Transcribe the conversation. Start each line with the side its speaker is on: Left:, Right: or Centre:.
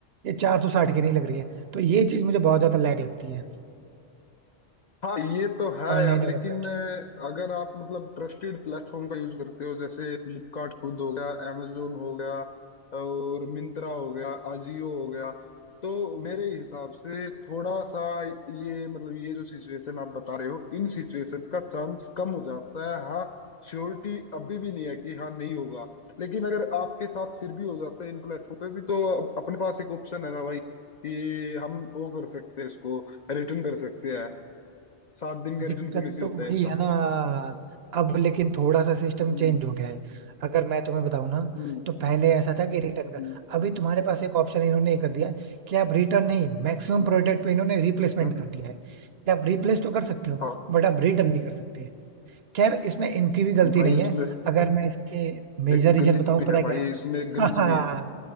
Right: ये चार सौ साठ की नहीं लग रही है तो ये चीज मुझे बहुत ज्यादा लैग लगती है
Left: हाँ ये तो है
Right: ऑनलाइन
Left: यार लेकिन
Right: और ऑफलाइन
Left: अ, अगर आप मतलब ट्रस्टेड प्लेटफॉर्म का यूज करते हो जैसे फ्लिपकार्ट खुद हो गया amazon हो गया और मिंत्रा हो गया अजियो हो गया तो मेरे हिसाब से थोड़ा सा ये मतलब ये जो सिचुएशन आप बता रहे हो इन सिचुएशंस का चांस कम हो जाता है हाँ श्योरिटी अभी भी नहीं है कि हाँ नहीं होगा लेकिन अगर आपके साथ फिर भी हो जाता है इन प्लेटफॉर्म पे भी तो अप- अपने पास एक ऑप्शन है ना भाई कि हम वो कर सकते हैं इसको रिटर्न कर सकते हैं सात दिन का
Right: दिक्कत
Left: रिटर्न पॉलिसी
Right: तो
Left: होता
Right: वही
Left: है इनका
Right: है ना अब लेकिन थोड़ा सा सिस्टम
Left: हम्म
Right: चेंज हो गया है अगर मैं तुम्हें बताऊं ना
Left: हम्म
Right: तो पहले ऐसा था कि रिटर्न का
Left: हम्म
Right: अभी तुम्हारे पास एक ऑप्शन इन्होंने ये कर दिया है कि आप रिटर्न नहीं मैक्सिमम
Left: हम्म,
Right: प्रोडक्ट पे इन्होंने रिप्लेसमेंट
Left: हाँ
Right: कर दिया है कि आप रिप्लेस तो कर सकते हो
Left: हाँ
Right: बट आप रिटर्न नहीं कर सकते खैर इसमें इनकी भी गलती
Left: भाई
Right: नहीं
Left: उसमें
Right: है अगर मैं इसके मेजर
Left: एक
Right: रीजन
Left: गलीच
Right: बताऊं
Left: भी
Right: पता
Left: है
Right: है
Left: भाई
Right: क्या है
Left: इसमें एक गलीच भी है
Right: <laughs>